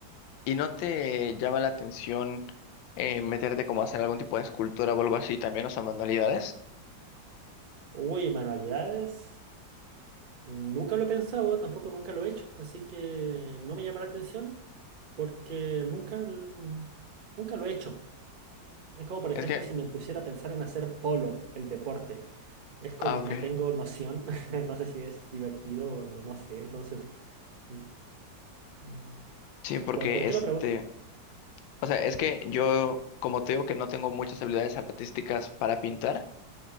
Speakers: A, on the left; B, on the right.
A: y no te llama la atención eh, meterte como a hacer algún tipo de escultura o algo así también, o sea, manualidades?
B: Uy, manualidades. Nunca lo he pensado, tampoco nunca lo he hecho, así que no me llama la atención porque nunca, l- nunca lo he hecho. Es como, por ejemplo,
A: Es que,
B: si me pusiera a pensar en hacer polo, el deporte. Es como
A: ah, ok.
B: no tengo noción, <laughs> no sé si es divertido o no sé, entonces... mm, mm,
A: Sí, porque
B: ¿Por, por qué
A: este,
B: lo pregunta?
A: o sea, es que yo, como te digo que no tengo muchas habilidades artísticas para pintar,